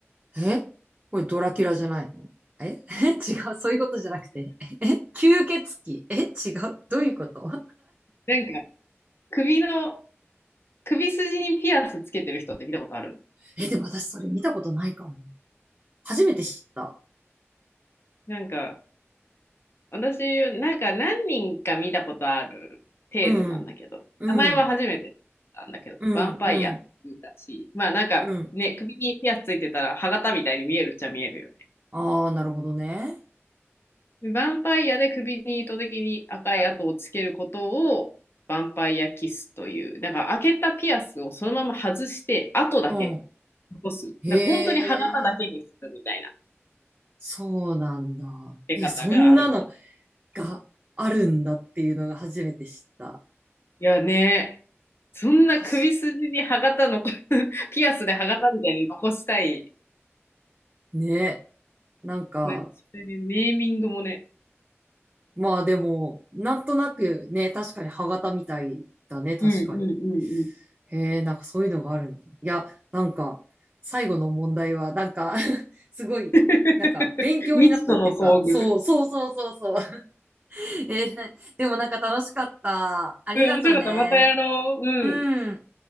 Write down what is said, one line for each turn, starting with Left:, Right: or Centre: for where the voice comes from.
Right: えこれドラキュラじゃないのえ <laughs> 違う。そういうことじゃなくて。え吸血鬼え違う。どういうこと
Left: なんか、首の、首筋にピアスつけてる人って見たことある
Right: え、でも私それ見たことないかも。初めて知った。
Left: なんか、私、なんか何人か見たことある程度なんだけど、
Right: うん。うん。
Left: 名前は初めてなんだけど、
Right: うん。
Left: ヴァンパイアって言うらしい。
Right: うん。
Left: まあなんか、
Right: うん。
Left: ね、首にピアスついてたら、歯型みたいに見えるっちゃ見えるよね。
Right: ああ、なるほどね。
Left: ヴァンパイアで首に糸的に赤い跡をつけることをヴァンパイアキスという、だから開けたピアスをそのまま外して跡だけ
Right: うん。
Left: 残す。
Right: へえ。
Left: なんか本当に歯型だけにするみたいな
Right: そうなんだ。
Left: 出方があるな。
Right: え、そんなのがあるんだっていうのが初めて知った。
Left: いやね、そんな首筋に歯型の
Right: 確か
Left: <laughs> ピアスで歯型みたいに残したい。
Right: にね。なんか、
Left: なんかそれでネーミングもね。
Right: まあでも、なんとなくね、確かに歯型みたいだね、確かに。
Left: うんうんうんうん。
Right: へえ、なんかそういうのがあるんだ。いや、なんか、最後の問題は、なんか <laughs> すごい、
Left: <laughs>
Right: なんか、勉強になったっていうか、
Left: 未知との遭遇。
Right: そう、そうそうそうそう。<laughs> えーでもなんか楽しかった。ありがとね。
Left: うん、面白かった。またやろう。うん。
Right: うん。